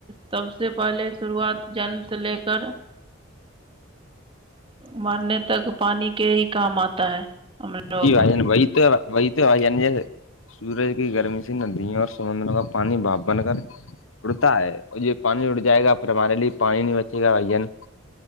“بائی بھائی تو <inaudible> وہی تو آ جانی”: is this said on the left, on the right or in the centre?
Left